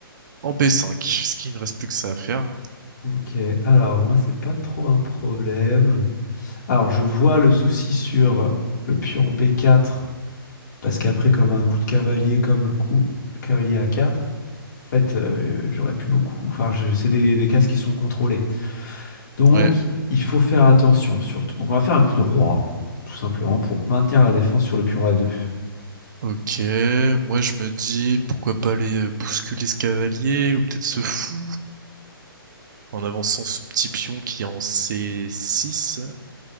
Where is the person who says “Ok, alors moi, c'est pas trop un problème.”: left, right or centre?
Left